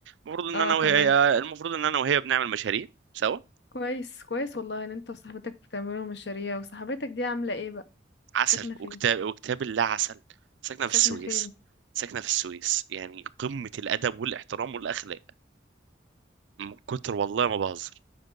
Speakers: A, on the right; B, on the left.
A: المفروض ان
B: اه
A: انا وهي
B: تمام
A: آه، المفروض ان انا وهي بنعمل مشاريع سوا
B: كويس كويس والله ان انت وصاحبتك بتعملوا مشاريع وصاحبتك دي عامله ايه بقى
A: عسل
B: ساكنه
A: وكتاب
B: فين
A: وكتاب الله عسل ساكنه في
B: ساكنه
A: السويس
B: فين
A: ساكنه في السويس يعني قمه الادب والاحترام والاخلاق من كتر والله ما بهزر